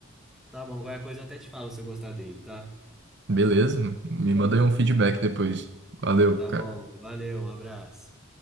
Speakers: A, in the centre; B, on the right.
A: Tá bom, qualquer coisa eu até te falo se eu gostar dele, tá? Tá
B: Beleza? Me manda aí um feedback depois. Valeu,
A: Tá
B: cara.
A: bom, valeu, um abraço.